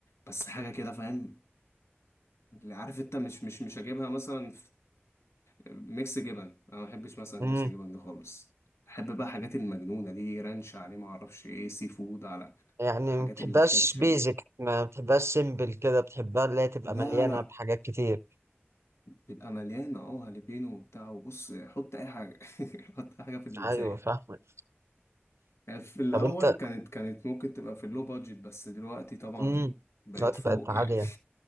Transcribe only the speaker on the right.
امم
يعني
ما بتحبهاش
بيزك
ما بتحبهاش سيمبل كده بتحبها اللي هي تبقى
مليانه
بحاجات كتير
ايوه فاهمك
طب انت
امم
دلوقتي
بقت عاليه